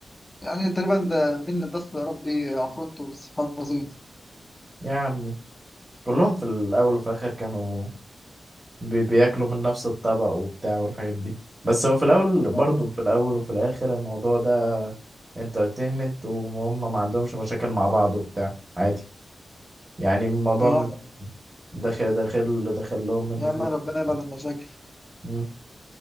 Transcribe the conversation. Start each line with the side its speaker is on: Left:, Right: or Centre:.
Left: يعني تقريبا ده مين اللي داس له يا ربي عفروتو بس سبحان بسيط
Right: يا عمي كلهم في الاول وفي الاخر كانوا بي... بياكلوا من نفس الطبق وبتاع والحاجات دي بس هو في الاول برضه
Left: اه
Right: في الاول وفي الاخر الموضوع ده انترتينمنت وهم ما عندهمش مشاكل مع بعض وبتاع عادي يعني الموضوع
Left: اه
Right: من داخل داخل داخل لهم منه
Left: يا عم
Right: فلوس
Left: ربنا
Right: وبتاع.
Left: يبعد المشاكل
Right: مم.